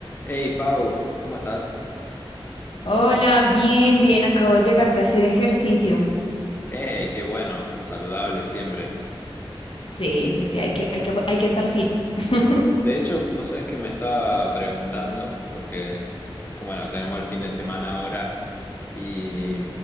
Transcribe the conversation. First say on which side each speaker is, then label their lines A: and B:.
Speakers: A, on the left (about 20°); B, on the left (about 70°).
A: Hey Pau, ¿cómo estás?
B: Hola, bien, bien, acabo de llegar de hacer ejercicio.
A: Hey, qué bueno, saludable siempre.
B: Sí, sí, sí, hay que, hay que, hay que estar fit. <laughs>
A: De hecho, vos sabés que me estaba preguntando, porque, como bueno, tenemos el fin de semana ahora y,